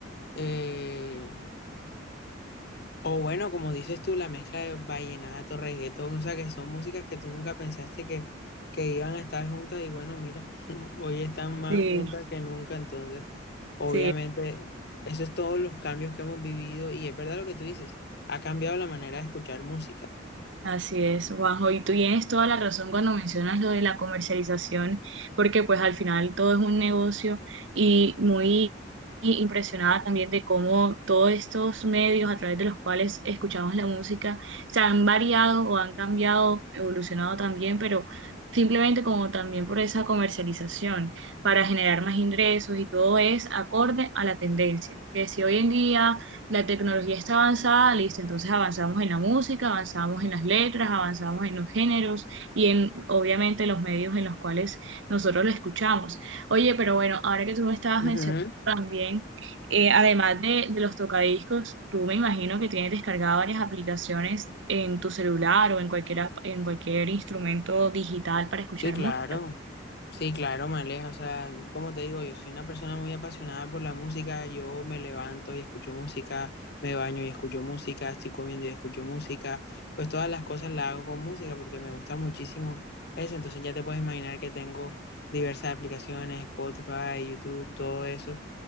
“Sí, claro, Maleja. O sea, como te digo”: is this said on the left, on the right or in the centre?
Left